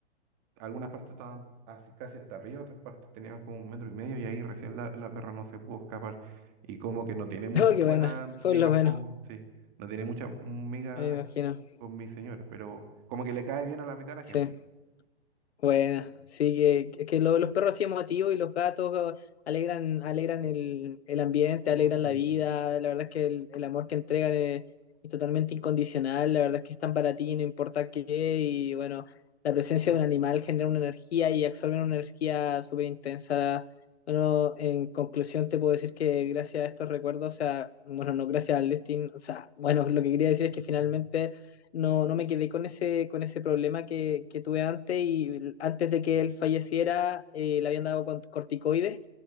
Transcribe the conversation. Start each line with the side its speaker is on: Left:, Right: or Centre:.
Right: algunas partes estaban así, casi hasta arriba, otras partes tenían como un metro y medio y ahí recién la, la perra no se pudo escapar. Y como que no tiene muchas
Left: Oh, qué
Right: buenas
Left: bueno
Right: migas
Left: Por lo menos.
Right: con, sí, no tiene muchas migas
Left: Me imagino.
Right: con mi señora, pero como que le cae bien a la mitad de la
Left: Sí.
Right: gente.
Left: Bueno, sí, que, es que lo- los perros así emotivos y los gatos eh, alegran, alegran el, el ambiente,
Right: No,
Left: alegran
Right: sí.
Left: la vida. La verdad es que el, el amor que entregan es, es totalmente incondicional. La verdad es que están para ti, no importa qué. Y bueno, la presencia de un animal genera una energía y absorben una energía súper intensa. Bueno, en conclusión te puedo decir que gracias a estos recuerdos, o sea, bueno, no gracias al destino, o sea, bueno, lo que quería decir es que finalmente
Right: Mm,
Left: no, no me quedé con ese, con ese problema que, que tuve antes y antes de que él falleciera eh, le habían dado con- corticoides